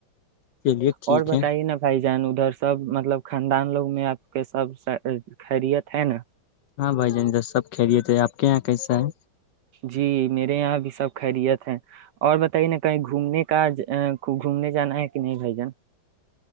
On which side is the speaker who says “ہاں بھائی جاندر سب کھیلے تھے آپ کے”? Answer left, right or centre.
Left